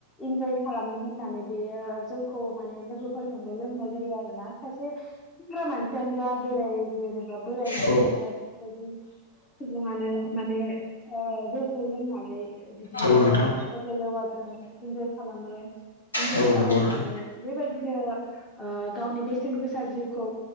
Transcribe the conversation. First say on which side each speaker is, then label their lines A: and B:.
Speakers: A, on the left; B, on the left.
A: इन्जय खालामनो होननानै बेयो जौ खौ माने लोगोफोरजोंबो लोंनाय जायो आरो ना सासे सेंग्रा मानसियानो जा बेराय जे बोराय मानसिआनो
B: औ
A: जा बेबायदि सुबुङानो माने ओ जौखौ लोंनानै बिदिनो
B: औ नोंथां
A: लेब लेवाजों इन्जय खालामो इन्जय
B: औ
A: खालामनानै
B: नंगौ नोंथां
A: बेबायदिनो गावनि बेसेन गोसा जिउखौ